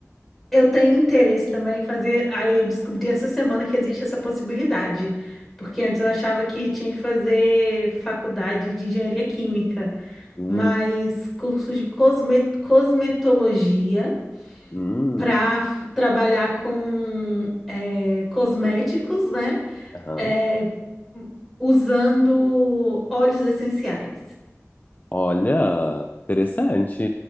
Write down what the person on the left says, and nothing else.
hum.
Hum,
aham.
Olha, interessante.